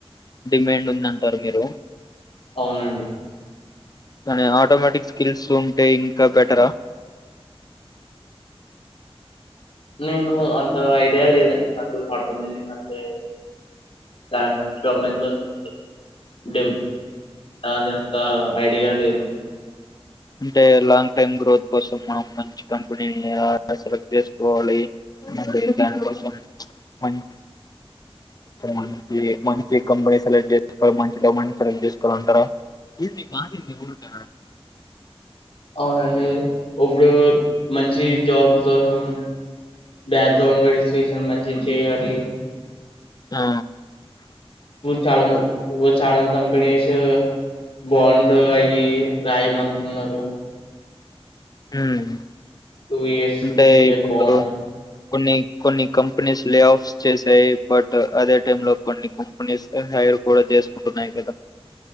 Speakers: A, on the left (about 40°); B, on the left (about 65°).
A: డిమాండ్ ఉందంటారు మీరు
B: అవునండి
A: కానీ ఆటోమేటిక్ స్కిల్స్ ఉంటే ఇంకా బెటరా
B: నేను అంత ఐడియా లేదండి నాకు ఆటో మీదంతే దాని గురించి దానిమీద అంత ఐడియా లేదు
A: అంటే లాంగ్ టైమ్ గ్రోత్ కోసం మనం మంచి కంపెనీని సెలెక్ట్ చేసుకోవాలి మళ్లీ దాని కోసం మంచి మంచి మంచి కంపెనీ సెలెక్ట్ చేసుకోవాలి మంచి డమెంట్ సెలెక్ట్ చేసుకోవాలింటారా ఇది ఊరికే మాదింది ఊరుక
B: అవునండి ఇప్పుడు మంచి జాబ్ దొసం బ్యాక్గ్రౌండ్ వెరిఫికేషన్ మంచిగా చేయాలి
A: ఆ
B: చాలా మా ఓ చాలా కంపెనీస్ బాండ్ అయ్యి రాయమంటన్నారు
A: ఉమ్
B: టూ ఇయర్స్
A: అంటే
B: త్రీ ఇయర్
A: ఇప్పుడు
B: బాండ్
A: కొన్ని కొన్ని కంపెనీస్ లే ఆఫ్స్ చేసాయి బట్ అదే టైం లో కొన్ని కంపెనీస్ పేరు కూడా చేసుకుంటున్నాయి కదా